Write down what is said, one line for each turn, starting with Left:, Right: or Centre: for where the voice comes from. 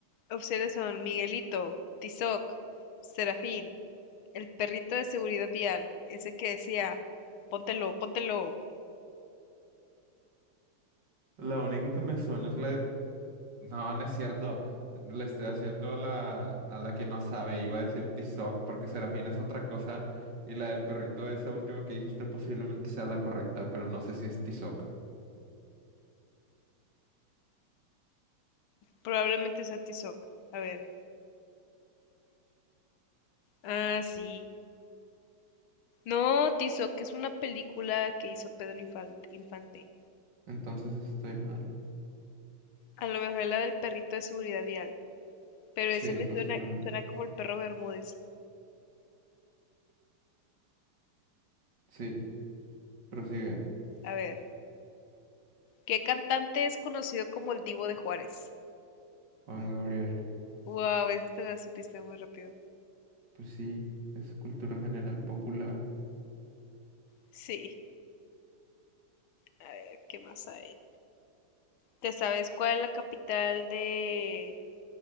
Left: opciones son Miguelito, Tizoc, Serafín, el perrito de seguridad vial, ese que decía, póntelo, póntelo.
Right: La única que me suena es la de No, no es cierto. Le estoy haciendo la, a la que no sabe. Iba a decir Tizoc porque Serafina es otra cosa. Y la del perrito, esa última que dijiste, posiblemente sea la correcta, pero no sé si es Tizoc.
Left: Probablemente sea Tizoc. A ver. Ah, sí. No, Tizoc es una película que hizo Pedro Infal- Infante.
Right: Entonces estoy mal.
Left: A lo mejor es la del perrito de seguridad vial, pero
Right: Sí,
Left: ese me
Right: posiblemente.
Left: suena, suena como el perro Bermúdez.
Right: Sí, prosigue.
Left: A ver, ¿qué cantante es conocido como el Divo de Juárez?
Right: Juan Gabriel.
Left: Wow, esa te la supiste muy rápido.
Right: Pues sí, es cultura general popular.
Left: Sí, a ver, ¿qué más hay? ¿Te sabes cuál es la capital de...